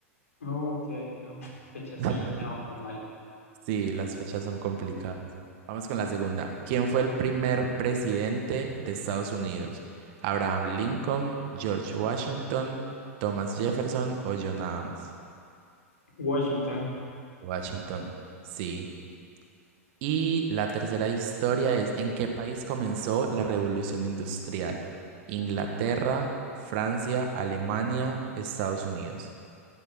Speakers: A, on the left (about 70°); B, on the right (about 45°).
A: Ok, no. Fecha
B: <laughs>
A: sí, me va muy mal.
B: Sí, las fechas son complicadas. Vamos con la segunda. ¿Quién fue el primer presidente de Estados Unidos? ¿Abraham Lincoln, George Washington, Thomas Jefferson o John Adams?
A: Washington.
B: Washington, sí. Y la tercera historia es ¿en qué país comenzó la Revolución Industrial? Inglaterra, Francia, Alemania, Estados Unidos.